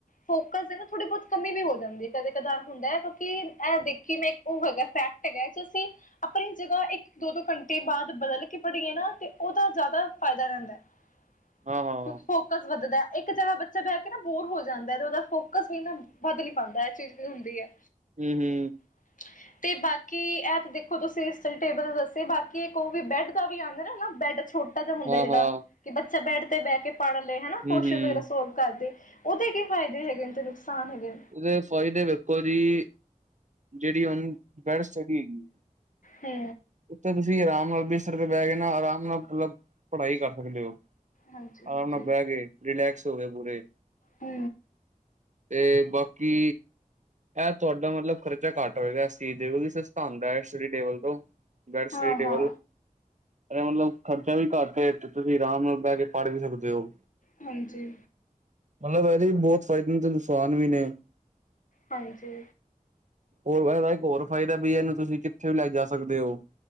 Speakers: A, on the left; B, on the right.
A: ਫੋਕਸ ਦੇ ਨਾ ਥੋੜੀ ਬਹੁਤ ਕਮੀ ਵੀ ਹੋ ਜਾਂਦੀ ਹੈ ਕਦੇ ਕਦਾਰ ਹੁੰਦਾ ਹੈ ਕਿਉਂਕਿ ਇਹ ਦੇਖੀ ਮੈਂ ਇੱਕ ਉਹ ਹੈਗਾ ਫੈਕਟ। ਹੈਗਾ ਐ ਤੁਸੀ ਆਪਣੀ ਜਗ੍ਹਾ ਇੱਕ ਦੋ ਦੋ ਘੰਟੇ ਬਾਅਦ ਬਦਲ ਕੇ ਪੜੀਏ ਨਾ ਤੇ ਉਹਦਾ ਜ਼ਿਆਦਾ ਫਾਇਦਾ ਰਹਿੰਦਾ। ਹ <unintelligible>
B: ਹਾਂ ਹਾਂ।
A: ਫੋਕਸ ਵੱਧਦਾ, ਇੱਕ ਜਗ੍ਹਾ ਬੱਚਾ ਬਹਿ ਕੇ ਨਾ ਬੋਰ ਹੋ ਜਾਂਦਾ ਤੇ ਉਹਦਾ ਫੋਕਸ ਵੀ ਵੱਧ ਨੀ ਪਾਂਦਾ ਇਹ ਚੀਜ਼ ਵੀ ਹੁੰਦੀ ਐ।
B: ਹੂ ਹੂ
A: <inaudible> 'ਤੇ ਬਾਕੀ ਇਹ ਤਾਂ ਦੇਖੋ ਤੁਸੀਂ ਇਸ ਟੇਬਲ ਦੱਸੇ ਬਾਕੀ ਇੱਕ ਉਹ ਵੀ ਬੈਡ ਦਾ ਵੀ ਆਂਦਾ ਹੈਨਾ ਬੈਡ ਛੋ ਟਾ ਜਾ ਹੁੰਦਾ
B: ਹਾਂ
A: ਜਿਹੜਾ
B: ਹਾਂ
A: ਕਿ ਬੱਚਾ ਬੈਡ 'ਤੇ ਬਹਿ ਕੇ ਪੜ੍ਹ ਲਏ ਹਨਾ
B: ਹੂੰ
A: ਕੁਸ਼ਨ
B: ਹੂੰ
A: ਵਗੈਰਾ ਸੋਲਵ ਕਰਦੇ। ਉਹਦੇ ਕੀ ਫਾਇਦੇ ਹੈਗੇ ਨੇ 'ਤੇ ਨੁਕਸਾਨ ਹੈਗੇ?
B: ਉਹਦੇ ਫਾਇਦੇ ਵੇਖੋ ਦੀ, ਜਿਹੜੀ ਉਹਨੂੰ ਬੈਡ ਸਟੱਡੀ ਹੈਗੀ
A: ਹੂ
B: ਉੱਥੇ ਤੁਸੀਂ ਆਰਾਮ ਨਾਲ ਬਿਸਰ 'ਤੇ ਬਹਿ ਕੇ ਨਾ ਆਰਾਮ ਨਾਲ ਮਤਲਬ ਪੜ੍ਹਾਈ ਕਰ ਸਕਦੇ ਓ।
A: ਹਾਂਜੀ ਹਾਂਜੀ
B: ਆਮ ਨਾਲ ਬਹਿ ਗਏ ਰਿਲੈਕਸ ਹੋ ਗਏ ਪੂਰੇ।
A: ਹੂ
B: 'ਤੇ ਬਾਕੀ ਇਹ ਤੁਹਾਡਾ ਮਤਲਬ ਖਰਚਾ ਘੱਟ ਹੋਏਗਾ ਅੱਸੀ ਦੇ ਸਸਤਾ ਹੁੰਦਾ ਐ ਸਟੱਡੀ ਟੇਬਲ ਤੋਂ। ਬੈਡ ਸਟੱਡੀ
A: ਹਾਂ ਹਾਂ
B: ਟੇਬਲ। ਏ ਮਤਲਬ ਖਰਚਾ ਵੀ ਘੱਟ ਏ 'ਤੇ ਤੁਸੀਂ ਆਰਾਮ ਨਾਲ ਬਹਿ ਕੇ ਪੜ੍ਹ ਵੀ ਸਕਦੇ ਓ।
A: ਹਾਂਜੀ।
B: ਮਲਬ ਇਹਦੇ ਵੀ ਬੋਤ ਫੈਦੇ ਨ 'ਤੇ ਨੁਕਸਾਨ ਵੀ ਨੇ।
A: ਹਾਂਜੀ।
B: ਹੋਰ ਇਹਦਾ ਇੱਕ ਹੋਰ ਫਾਇਦਾ ਵੀ ਇਹਨੂੰ ਤੁਸੀਂ ਕਿੱਥੇ ਵੀ ਲੈ ਜਾ ਸਕਦੇ ਓ।